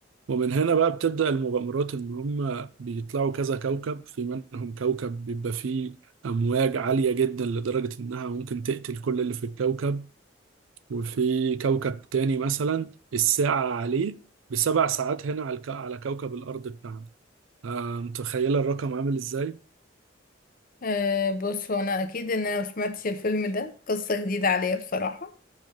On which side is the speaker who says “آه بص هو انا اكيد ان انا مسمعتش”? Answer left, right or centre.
Left